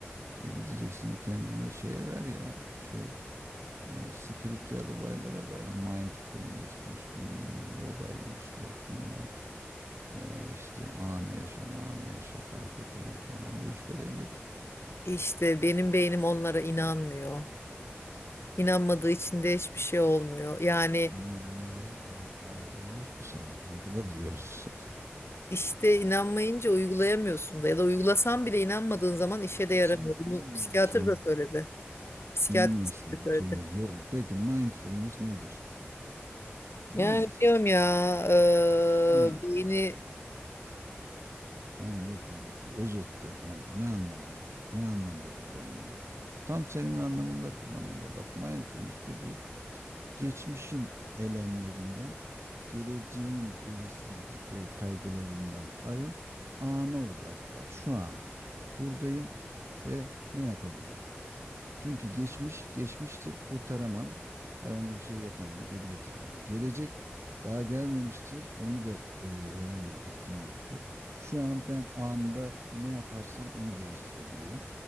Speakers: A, on the right; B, on the left.
A: Bir Gideceksin kendini şeye ver ya şu e, spiritüel olaylara ver. Mindfulness'mış bilmem yogaymış yok bilmem Ee, işte anı yaşa, anı yaşa, carpe diem falan bu işlere gir.
B: İşte benim beynim onlara inanmıyor. İnanmadığı için de hiçbir şey olmuyor. Yani
A: İnanma değil yani inan demiyoruz ki sana uygula diyoruz. <laughs>
B: işte inanmayınca uygulayamıyorsun da ya da uygulasan bile inanmadığın zaman işe de
A: Ya
B: yaramıyor.
A: sen
B: Bunu
A: bilmiyorsun,
B: psikiyatr da söyledi. Psikiyatrist
A: bilmiyorsun.
B: de söyledi.
A: Bak Şimdi yo- peki mindfulness nedir? Biliyor
B: Yani
A: musun?
B: biliyorum ya eee
A: Ne?
B: beyni
A: Tamam yok yani özette yani ne anlama ne anlamda kullanılıyor? Tam senin anlamında kullanılıyor. Bak mindfulness dediği geçmişin elemlerinden, geleceğin belirsizlikleri, kaygılarından arın, ana odakla. Şu an buradayım ve ne yapabilirim? Çünkü geçmiş geçmiştir, kurtaramam. Herhangi bir şey yapamam, geri getiremem. Gelecek daha gelmemiştir. Onu da e, herhangi bir etkim yoktur. Şu an ben anında ne yaparsam onu değiştirebilirim.